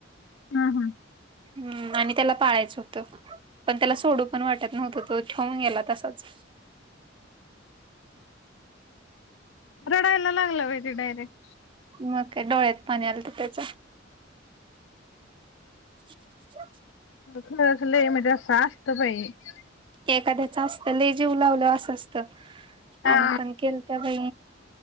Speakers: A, on the left; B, on the right.
A: हम हम.
B: हम्म आणि त्याला पाळायचं होतं. पण त्याला सोडू पण वाटत नव्हतं तो ठेवून गेला तसाच.
A: रडायला लागल वै तो डायरेक्ट.
B: मग काय डोळ्यात पाणी आलतं त्याच्या <inaudible>
A: खर म्हज शस्त. <unintelligible>
B: एखाद्याच असत ले जीवलावलं असं असतं
A: हा
B: आम्ही पण केलं. त बाई